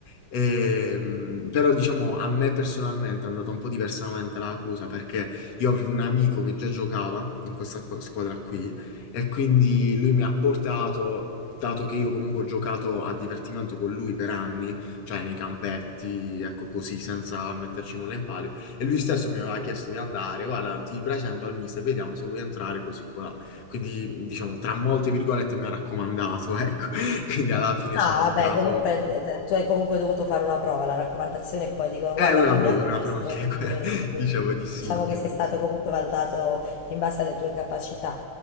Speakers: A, on the left; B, on the left.
A: Ehm, però, diciamo, a me personalmente è andata un po' diversamente la cosa perché io avevo un amico che già giocava in questa qua- squadra qui e quindi lui mi ha portato, dato che io comunque ho giocato a divertimento con lui per anni cioè nei campetti, ecco così, senza metterci nulla in palio. E lui stesso mi aveva chiesto di andare, guarda, ti presento al mister, vediamo se vuoi entrare così colà. Quindi, diciamo, tra molte virgolette mi ha raccomandato, ecco. <laughs> Quindi alla fine
B: No,
A: sono
B: vabbè,
A: entrato...
B: comunque eh, eh, tu hai comunque dovuto fare una prova, la raccomandazione e poi dicono
A: È
B: guarda,
A: una
B: prendi
A: prova,
B: acquisto
A: è una prova anche
B: e
A: quella,
B: ti prendono,
A: <laughs>
B: quindi
A: diciamo di sì,
B: diciamo
A: diciamo
B: che sei
A: di
B: stato
A: sì.
B: comunque valutato in base alle tue capacità